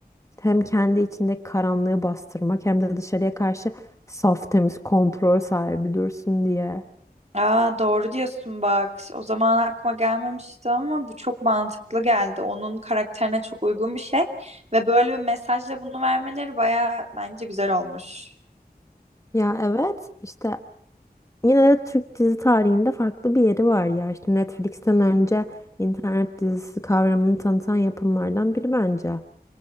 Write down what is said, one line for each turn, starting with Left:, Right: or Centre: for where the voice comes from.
Left: hem kendi içindeki karanlığı bastırmak hem de dışarıya karşı saf temiz kontrol sahibi dursun diye.
Right: Aa, doğru diyorsun bak. O zaman aklıma gelmemişti ama bu çok mantıklı geldi. Onun karakterine çok uygun bir şey ve böyle bir mesajla bunu vermeleri baya bence güzel olmuş.
Left: Ya evet işte yine de Türk dizi tarihinde farklı bir yeri var ya işte Netflix'ten önce internet dizisi kavramını tanıtan yapımlardan biri bence.